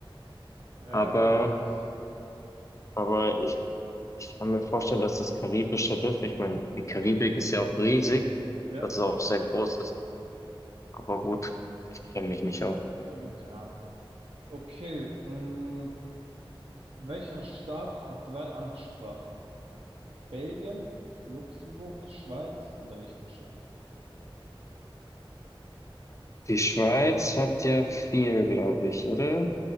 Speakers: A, on the right; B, on the left.
A: Ja,
B: Aber,
A: okay, fast.
B: aber ich, ich kann mir vorstellen, dass das Karibische Riff, ich meine, die Karibik ist ja auch riesig,
A: Ja.
B: dass es auch sehr groß ist. Aber gut, ich kenne mich nicht aus.
A: Oh, Ja. Okay, mh, welcher Staat hat drei Amtssprachen? Belgien, Luxemburg, Schweiz oder Liechtenstein?
B: Die Schweiz hat ja viel, glaube ich, oder?